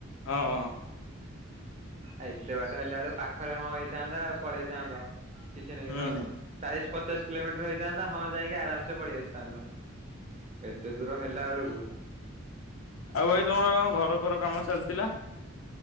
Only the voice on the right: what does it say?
ଆଉ ଏତେ ବାଟ ହେଲା ବେଳୁ ପାଖରେ ହଁ ହେଇଥାନ୍ତା ପଳେଇଥାନ୍ତ କିଛି ନାହିଁ
ତ। ଚାଳିଶ ପଚାଶ କିଲୋମିଟର ହେଇଥାନ୍ତା ହଁ ଯାଇକି ଆରମ୍ ସେ ପଳେଇ ଆସିଥାନ୍ତ। ଏତେ ଦୂର ହେଲା ବେଳକୁ